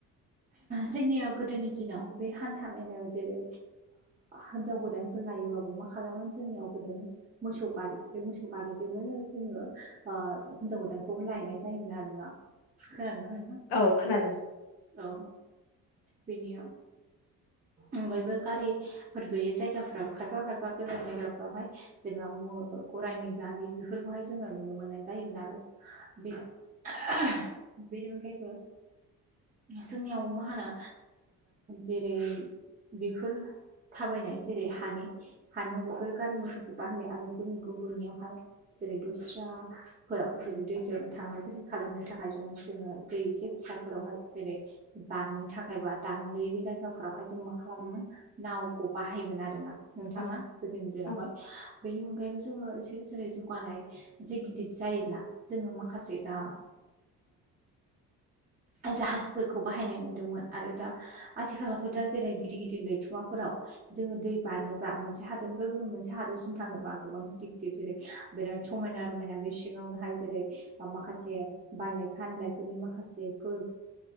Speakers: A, on the right (about 15°); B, on the left (about 75°).
A: जोंनियाव गोदोनि दिनाव बे हान्था मेलायाव जेरै हिनजाव गोदानफोर लायोबाबो मा खालामोमोन जोंनियाव गोदोहाय मोसौ गारि बे मोसौ गारिजोंबो जोङो हिनजाव गोदानखौबो लायनाय जायोमोन आरोना खोनादों ना नोंथां
B: औ खोनादों
A: औ बेनि अनगायबो गारिफोर गैयि जायगाफोराव खायफा खायफा गोजान जायगाफ्रावहाय जेनेबा गरायनि गारि बेफोरखौहाय जोङो नुनो मोननाय जायोमोन आरो बेनि अनगायैबो जोंनियाव मा होनो जेरै बेफोर थाबायनाय जेरै हानि हानायाव बेफोर गारि मथरखौ बाहयो आरो जोंनि गुबुननियावहाय जेरै दस्रा फोराव जेरै दैजों थांलाय फैलाय खालामनो थाखाय जोङो जङो दै एसे फिसाफोरावहाय जेरै बारनो थाखायबा दालां गैयैै जायगाफोरावहाय जों मा खालामोमोन नावखौ बाहायोमोन आरोना नोंथांना
B: औ
A: गोदोनि दिनावहाय
B: औ
A: बेनि अनगायैबो जोङो एसे जेरै जौगानायसे गिदिर जायोब्ला जोङो माखासे दा जाहाजफोरखौ बाहायनाय नुदोंमोन आरो दा आथिखालावथ' दा जेरै गिदिर गिदिर लैथुमाफोराव जोङो दै बारनोबा मोनसे हादरनिफ्राय गुबुन मोनसे हादरसिम थांनोबा गोबां गिदिर गिदिर जेरै बिराद समायना रमायना बे सिङावनोहाय जेरै ब माखासे बायलाय फानलायफोरनि माखासे फोर